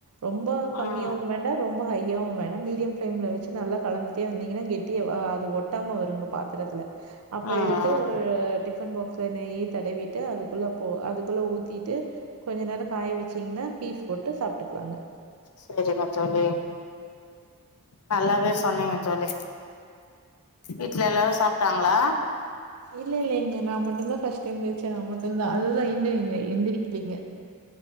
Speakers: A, on the right; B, on the left.
A: ரொம்ப கம்மியாவு
B: ம்
A: வேண்டா ரொம்ப ஹையாவு வேணா மீடியம் ஃப்லேம்ல வச்சு நல்லா கலந்துட்டே வந்திங்கனா கெட்டியாவா ஆ ஒட்டாம வரு பாத்தரத்துல அப்ப
B: ம்
A: எடுத்து ஆ டிஃபன் பாக்ஸ் இப்ப நெய்யி தடவிட்டு அதுக்குள்ள போ அதுக்குள்ள ஊத்திட்டு கொஞ்ச நேர காய வச்சீங்கன்னா பீஸ் போட்டு சாப்ட்டுக்கலாங்க
B: செரிங்க தோழி நல்லாவே சொன்னீங்க தோழி வீட்ல எல்லாரு சாப் க்காங்களா
A: இல்ல இல்லைங்க நா மட்டு தா ஃபஸ்ட் எந்திருச்சே நா மட்டு தா அதுதா இன்னு எந் எந்திரிக்லீங்க